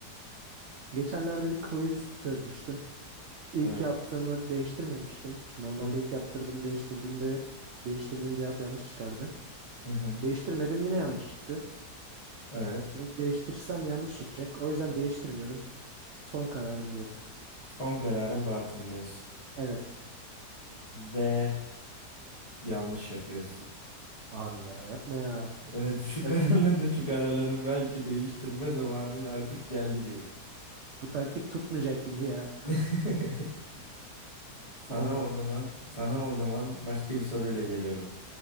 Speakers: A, on the right; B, on the left.
A: Geçenlerde bir quiz çözmüştüm. İlk
B: Evet.
A: yaptığımı değiştirmemiştim. Normalde
B: Hı hı.
A: ilk yaptırdım, değiştirdim de değiştirdim cevap yanlış çıkardı.
B: Hı hı.
A: Değiştirmedim yine yanlış çıktı.
B: Evet.
A: Şimdi değiştirsem yanlış çıkacak. O yüzden değiştirmiyorum. Son kararım diyorum.
B: Son kararın Bartın diyorsun.
A: Evet.
B: Ve yanlış yapıyorsun.
A: Abi ya yapma ya.
B: Evet şu
A: Tak-
B: kararların şu kararların belki değiştirme zamanı artık geldi gibi.
A: bu taktik tutmayacak gibi ya.
B: <laughs> Sana
A: <laughs> Olmadı.
B: o zaman sana o zaman başka bir soruyla geliyorum.